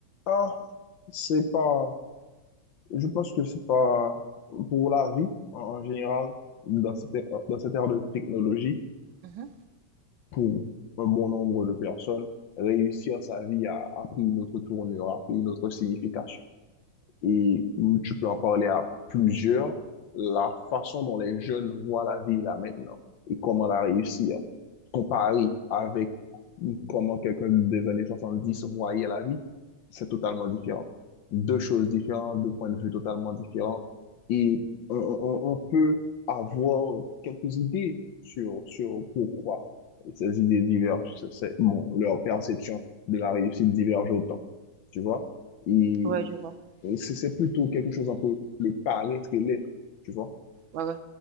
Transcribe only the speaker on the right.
Mhm.
Ouais, je vois.
Ouais, ouais.